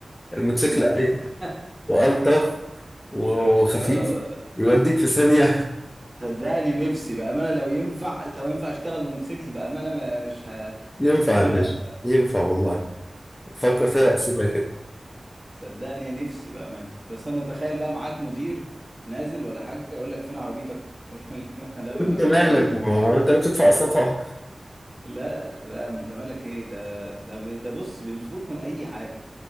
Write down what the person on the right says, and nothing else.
مت...
<laughs>
آه،
صدقني نفسي بامانه لو ينفع لو ينفع اشتغل بموتوسيكل بامانه ما مش ه...
مش هقول
لا
يا
صدقني نفسي بامانه بس انا تخيل بقى معاك مدير نازل ولا حاجه يقول لك فين عربيتك أقول له <laughs> لا ما
انا بعتها
وجبت
دي
لا لا انت مالك ايه ده ده ده بص بيمسكوك من اي حاجه